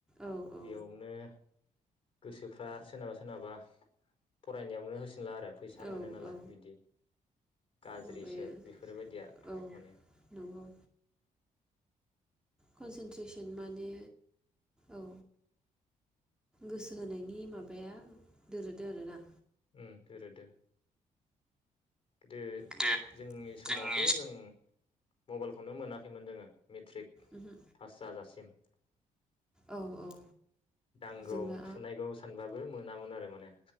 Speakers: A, in the centre; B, on the left.
A: औ औ
B: बेयावनो गोसोफ्रा सोरनाबा सोरनाबा फरायनायावनो होस सिनला आरो फैसा
A: औ
B: मोनो नालाय
A: औ
B: बिदि गाज्रिसो
A: माबायो
B: बेफोरबायदिया
A: औ
B: माने‌
A: नंगौ कनसेन्ट्रेसन माने औ गोसो होनायनि माबाया दोरोदो आरो ना?
B: उम दोरोदो। गोदो
A: दे
B: जोंनि समावथ'
A: जोंनि
B: जों मबाइलखौनो मोनाखैमोन जोङो। मेट्रिक
A: उमहो
B: पास जाजासिम। <inaudible>
A: औ औ
B: दांगौ
A: जोंना
B: थुनायगौ सानबाबो मो नामोन आरो माने।